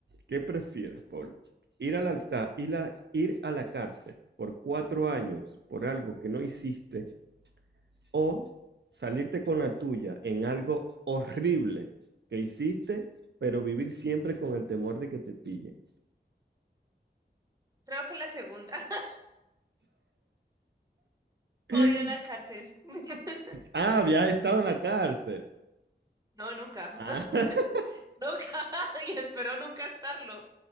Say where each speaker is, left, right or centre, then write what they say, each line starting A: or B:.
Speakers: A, on the right; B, on the right.
A: ¿Qué prefieres, Pablo? ¿Ir a la, alca- ir a- ir a la cárcel por cuatro años por algo que no hiciste o salirte con la tuya en algo horrible que hiciste, pero vivir siempre con el temor de que te pillen.
B: creo que la segunda. <laughs>
A: <laughs>
B: Odio la cárcel. <laughs>
A: Ah, habías estado en la cárcel.
B: No, nunca, <laughs>
A: Ah, <laughs>
B: nunca. <laughs> Y espero nunca estarlo.